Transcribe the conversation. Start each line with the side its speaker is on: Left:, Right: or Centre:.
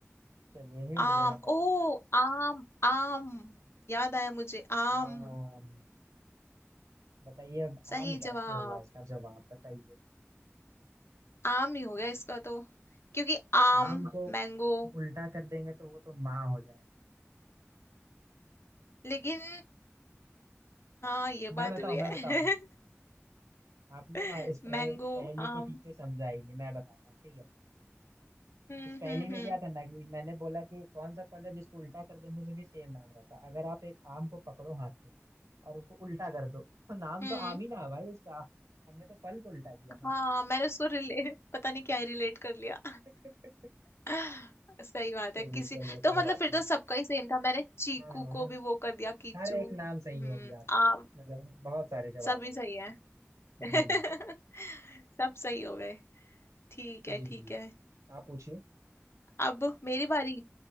Right: चलिए हिंट
Left: आम
Right: देना पड़ेगा
Left: ओ
Right: लगता है
Left: आम आम याद आया मुझे आम
Right: आम बताइए अब
Left: सही
Right: आम कैसे
Left: जवाब
Right: हुआ इसका जवाब बताइए
Left: आम ही हो गया इसका तो क्योंकि आम
Right: आम को
Left: मैंगो
Right: उल्टा कर देंगे तो वो तो माँ हो जाएगा
Left: लेकिन हाँ ये
Right: मैं
Left: बात
Right: बताऊँ
Left: भी है
Right: मैं बताऊँ आपने ना
Left: <laughs>
Right: इस पह,
Left: मैंगो
Right: पहेली को
Left: आम
Right: ठीक से समझा ही नहीं मैं बताता हूँ ठीक है
Left: हम्म
Right: इस पहेली
Left: हम्म
Right: में
Left: हम्म
Right: क्या था ना कि मैंने बोला कि कौन सा फल है जिसको उल्टा कर देने से भी सेम नाम रहता है अगर आप एक आम को पकड़ो हाथ में और उसको उल्टा कर दो तो नाम
Left: हम्म
Right: तो आम ही ना है भाई उसका हमने तो फल को उल्टा किया ना
Left: हाँ मैंने उसको रिले <laughs> पता नहीं क्या रिलेट कर लिया
Right: <laughs>
Left: <laughs> सही बात
Right: चलिए
Left: है किसी
Right: चलिए
Left: तो
Right: कोई
Left: मतलब
Right: बात
Left: फिर
Right: नहीं
Left: तो सबका ही सेम था मैंने चीकू
Right: हाँ
Left: को
Right: हाँ
Left: भी वो कर दिया कीचू
Right: हर एक
Left: हम्म
Right: नाम सही हो गया आपका
Left: आम
Right: मतलब बहुत सारे जवाबों
Left: सभी
Right: में
Left: सही
Right: इसके।
Left: है <laughs>
Right: जी
Left: सब सही हो गए ठीक है
Right: जी
Left: ठीक
Right: जी
Left: है
Right: आप पूछिए
Left: अब मेरी बारी